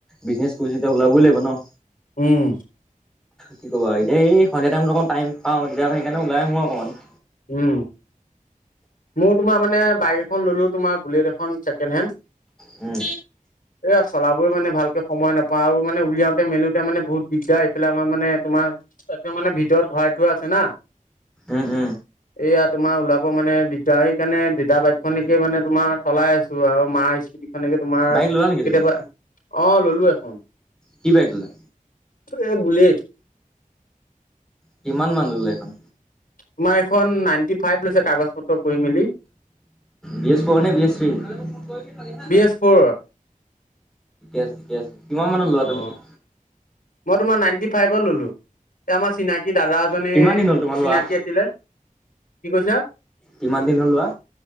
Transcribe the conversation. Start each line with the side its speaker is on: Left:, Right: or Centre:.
Centre: বিজনেচ কৰিছো যেতিয়া ওলাবই লাগিব ন।
Left: উম।
Centre: কি ক'বা আৰু এতিয়া এই সন্ধিয়া টাইমটোত অকণ টাইম পাওঁ, তেতিয়া সেইকাৰণে ওলাই আহো অকণমান।
Left: উম। মওঁ তোমাৰ মানে বাইক এখন ল'লো তোমাৰ বুলেট এখন ছেকেণ্ড হেণ্ড।
Centre: উম।
Left: এয়া চালাবই মানে ভালকে সময় নাপাওঁ আৰু মানে উলিয়াওতে মেলো এতিয়া মানে বহুত দিগদাৰ। এইফালে আমাৰ মানে তোমাৰ একদম মানে ভিতৰত ভৰাই থোৱা আছে না।
Centre: উ, উ।
Left: এয়া তোমাৰ ওলাব মানে দি তেতিয়া সেইকাৰণে দেতাৰ বাইক খনেকে মানে তোমাৰ চলাই আছো আৰু মাৰ স্কুটি খনেকে তোমাৰ
Centre: বাইক
Left: কেতিয়াবা,
Centre: ল'লা নেকি তুমি?
Left: অ', ল'লো এখন।
Centre: কি বাইক ল'লা।
Left: এ বুুলেট
Centre: কিমান মান ল'লে এইখন?
Left: তোমাৰ এখন নাইনটি ফাইভ লৈছে কাগজ পত্ৰ কৰি মেলি।
Centre: বি এছ ফৰ নে বি এছ থ্ৰী? ঠিকে
Left: বি এছ ফ'ৰ
Centre: আছে, ঠিকে আছে। কিমান মানত ললা
Left: অ
Centre: তুমি?
Left: মই তোমাৰ নাইনটি ফাইভত ললো। এ আমাৰ চিনাকি দাদা এজনে
Centre: কিমান দিন হ'ল তোমাৰ লোৱা?
Left: চিনাকী আছিলে। কি কৈছা
Centre: কিমান দিন হ'ল লোৱা?